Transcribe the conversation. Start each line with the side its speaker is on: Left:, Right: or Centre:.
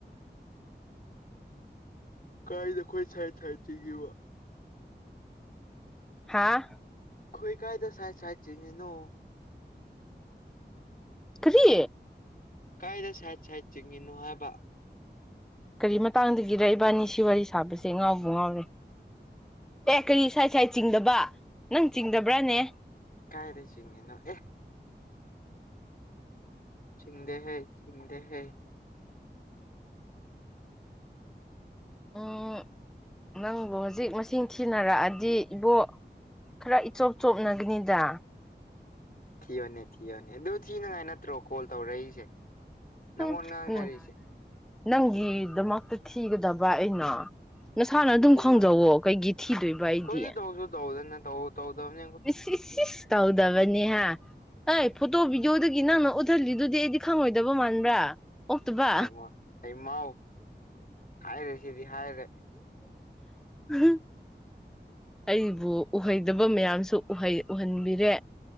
Left: ꯀꯥꯏꯗ ꯈꯣꯏ ꯁꯥꯏꯠ ꯁꯥꯏꯠ ꯆꯤꯉꯤꯕꯣ꯫
Centre: ꯍꯥꯥ
Left: ꯈꯣꯏ ꯀꯥꯏꯗ ꯁꯥꯏꯠ ꯁꯥꯏꯠ ꯆꯤꯡꯉꯤꯅꯣ꯫
Centre: ꯀꯔꯤ
Left: ꯀꯥꯏꯗ ꯁꯥꯏꯠ ꯁꯥꯏꯠ ꯆꯤꯡꯉꯤꯅꯣ ꯍꯥꯏꯕ꯫
Centre: ꯀꯔꯤ ꯃꯇꯥꯡꯗꯒꯤꯔ ꯏꯕꯥꯅꯤ ꯁꯤ ꯋꯥꯔꯤ ꯁꯥꯕꯁꯦ ꯉꯥꯎꯕꯨ ꯉꯥꯎꯔꯦ꯫ ꯑꯦ ꯀꯔꯤ ꯁꯥꯏꯠ ꯁꯥꯏꯠ ꯆꯤꯡꯗꯕ ꯅꯪ ꯆꯤꯡꯗꯕ꯭ꯔꯥꯅꯦ꯫
Left: ꯀꯥꯏꯗꯩ ꯆꯤꯡꯉꯤꯅꯣ ꯑꯦ꯫ ꯆꯤꯡꯗꯦ ꯍꯦ ꯆꯤꯡꯗꯦ ꯍꯦ꯫
Centre: ꯎꯝ ꯅꯪꯕꯨ ꯍꯨꯖꯤꯛ ꯃꯁꯤꯡ ꯊꯤꯅꯔꯛꯑꯗꯤ ꯏꯕꯣ꯫ ꯈꯔ ꯏꯆꯣꯞ ꯆꯣꯞꯅꯒꯅꯤꯗ꯫
Left: ꯊꯤꯌꯣꯅꯦ ꯊꯤꯌꯣꯅꯦ ꯑꯗꯨ ꯊꯤꯅꯉꯥꯏ ꯅꯠꯇ꯭ꯔꯣ ꯀꯣꯜ ꯇꯧꯔꯛꯏꯁꯦ ꯅꯉꯣꯟ
Centre: ꯎꯝ
Left: ꯉꯥꯡꯅꯔꯤꯁꯦ꯫
Centre: ꯎꯝ ꯅꯪꯒꯤꯗꯃꯛꯇ ꯊꯤꯒꯗꯕ ꯑꯩꯅ꯫ ꯅꯁꯥꯅ
Left: ꯊꯤꯖꯤꯜꯂꯣ
Centre: ꯑꯗꯨꯝ ꯈꯪꯖꯧꯋꯣ ꯀꯩꯒꯤ ꯊꯤꯗꯣꯏꯕ ꯑꯩꯗꯤ꯫
Left: ꯑꯩꯈꯣꯏꯗꯤ ꯇꯧꯁꯨ ꯇꯧꯗꯅꯦ ꯇꯧ ꯇꯧꯗꯧꯅꯤ꯫
Centre: ꯏꯁ -ꯏꯁ-ꯏꯁ ꯇꯥꯎꯗꯕ ꯕꯅꯤꯍꯥ ꯍꯏ ꯐꯣꯇꯣ ꯚꯤꯗꯤꯑꯣꯗꯒꯤ ꯅꯪꯅ ꯎꯠꯊꯍꯂꯤꯗꯨꯗꯤ ꯑꯩꯗꯤ ꯈꯪꯉꯣꯏꯗꯕ ꯃꯥꯟꯕ꯭ꯔꯥ꯫ ꯑꯣꯛꯇꯕꯥ꯫
Left: ꯍꯩꯃꯥꯥ ꯍꯩꯃꯥꯎ ꯍꯥꯏꯔꯦ ꯁꯤꯗꯤ ꯍꯥꯏꯔꯦ꯫
Centre: ꯎꯍꯨ ꯑꯩꯕꯨ ꯎꯍꯩꯗꯕ ꯃꯌꯥꯝꯁꯨ ꯎꯍꯩ ꯎꯍꯟꯕꯤꯔꯦ